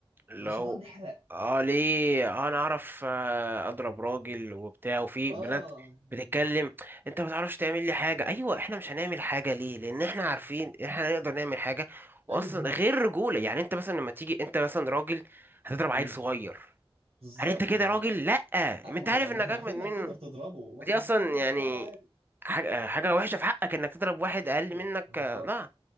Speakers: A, on the right; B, on the right.
A: اللي
B: مش
A: هو
B: هنقعد نحرق
A: اه ليه آه انا اعرف آه اضرب راجل وبتاع وفي
B: اه
A: بنات
B: يعني
A: بتتكلم انت ما تعرفش تعمل لي حاجه ايوه احنا مش هنعمل حاجه ليه لان احنا عارفين إن احنا نقدر نعمل حاجه واصلا
B: <laughs> ايوه
A: غير رجوله يعني انت مثلا لما تيجي انت مثلا راجل هتضرب
B: امم
A: عيل صغير
B: بالظبط
A: هل انت كده
B: يعني
A: راجل لا
B: اه
A: ما انت
B: ما هو
A: عارف
B: ما
A: انك
B: احنا
A: اجمد
B: عارفين
A: منه
B: انك تقدر تضربه واحنا
A: ودي
B: عارفين
A: اصلا
B: إنك تقدر
A: يعني
B: تضربه عادي
A: حاجه حاجه وحشه في حقك انك تضرب واحد اقل
B: ايوه
A: منك
B: بالظبط
A: آه، لا